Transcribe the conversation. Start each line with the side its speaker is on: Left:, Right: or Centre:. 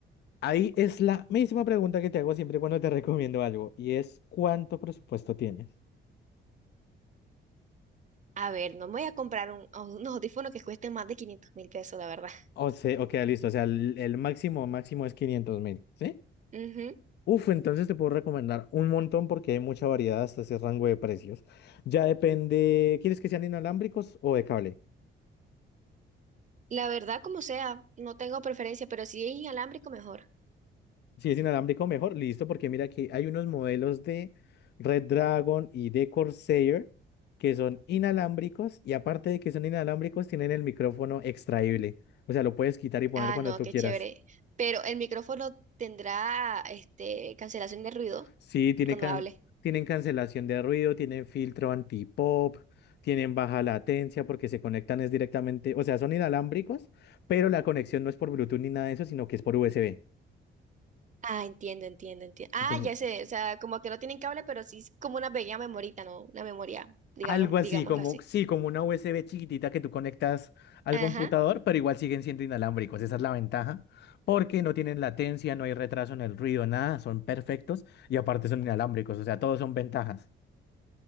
Left: Ahí es la misma pregunta que te hago siempre cuando te <laughs> recomiendo algo y es ¿cuánto presupuesto tienes?
Right: A ver, no me voy a comprar un, a unos audífonos que cuesten más de quinientos mil pesos, la verdad.
Left: O sea, ok, listo. O sea, el, el máximo máximo es quinientos mil, ¿sí?
Right: Ujú.
Left: Uf, entonces te puedo recomendar un montón porque hay mucha variedad hasta ese rango de precios. Ya depende, ¿quieres que sean inalámbricos o de cable?
Right: La verdad, como sea, no tengo preferencia, pero si es inalámbrico, mejor.
Left: Si es inalámbrico, mejor, listo, porque mira que hay unos modelos de Red Dragon y de Corsair que son inalámbricos y aparte de que son inalámbricos, tienen el micrófono extraíble. O sea, lo puedes quitar y poner
Right: Ah,
Left: cuando
Right: no,
Left: tú
Right: qué
Left: quieras.
Right: chévere. Pero el micrófono tendrá, este, cancelación de ruido
Left: Sí, tiene
Right: cuando
Left: can-
Right: hable.
Left: tienen cancelación de ruido, tienen filtro anti-pop, tienen baja latencia porque se conectan es directamente, o sea, son inalámbricos, pero la conexión no es por Bluetooth ni nada de eso, sino que es por USB.
Right: Ah, entiendo, entiendo, entiendo. Ah,
Left: Entonces,
Right: ya sé, o sea, como que no tienen cable, pero sí es como una pequeña memorita, ¿no? Una memoria, digamos,
Left: Algo así,
Right: digámoslo
Left: como,
Right: así.
Left: sí, como una USB chiquitita que tú conectas al
Right: Ajá.
Left: computador, pero igual siguen siendo inalámbricos. Esa es la ventaja, porque no tienen latencia, no hay retraso en el ruido, nada, son perfectos y aparte son inalámbricos, o sea, todos son ventajas.